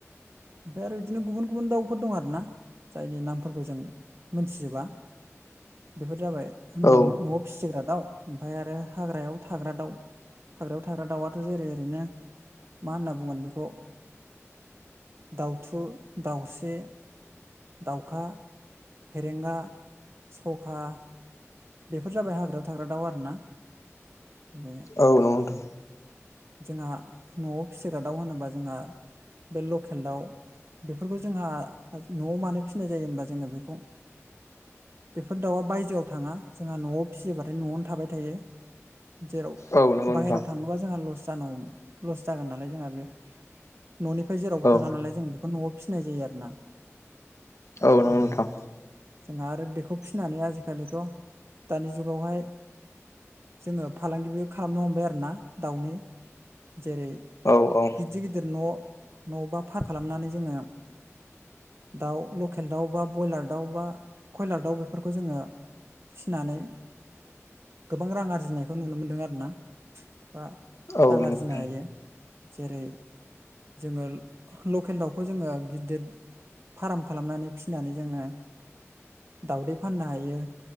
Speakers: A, on the right (about 55°); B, on the left (about 70°).
A: ओमफ्राय आरो बिदिनो गुबुन गुबुन दाउफोर दं आर ना जायनि नामफोरखौ जों मोनथिजोबा। बेफोर जाबाय न'आव
B: औ
A: फिसिग्रा दाउ ओमफ्राय आरो हाग्रायाव थाग्रा दाउ। हाग्रायाव थाग्रा दाउआथ' जेरै ओरैनो मा होनना बुंगोन बेखौ दाउथु, दाउस्रि दाउखा, फेरेंगा, सखा बेफोर जाबाय हाग्रायाव थाग्रा दाउ आरोना बे
B: औ नंगौ नोंथां।
A: जोंहा न'आव फिसिग्रा दाउ होनोबा जोंहा बे लकेल दाउ। बेफोरखौ जोंहा न'आव मानो फिसिनाय जायो होनबा जोङो बैखौ बेफोर दाउआ बायजोआव थाङा। जोंहा न'आव फिसियोबाथाय न'आवनो थाबाय थायो जेराव
B: औ नंगौ
A: बाहेरायाव
B: नोंथां
A: थांनो अबबा जोंहास जानौ लस जागोन नालाय जोंहा बेयो न'निफ्राय जेरावबो
B: औ
A: थाङा नालाय जों बेखौ न'आव फिसिनाय जायो आरो ना?
B: औ नंगौ
A: बे
B: नोंथां
A: ओमफ्राय जोंहा आरो बेखौ फिनानै आजिखालिथ' दानि जुगावहाय जोङो फालांगिबो खालामनो हमबाय आरो ना दाउनि। जेरै
B: औ औ
A: गिदिर गिदिर न' न' बा फार खालामनानै जोङो। दाउ लकेल दाउ बा ब्रयलार दाउ बा कयलार दाउ बेफोरखौ जोङो फिनानै गोबां रां आरजिनायखौ नुनो मोनदों आर ना बा
B: औ
A: रां
B: नंगौ
A: आरजिनो
B: नोंथां
A: हायो जेरै जोङो लकेल दाउखौ खौ जोङो गिदिर फार्म खालामनानै फिनानै जोङो दाउदै फाननो हायो।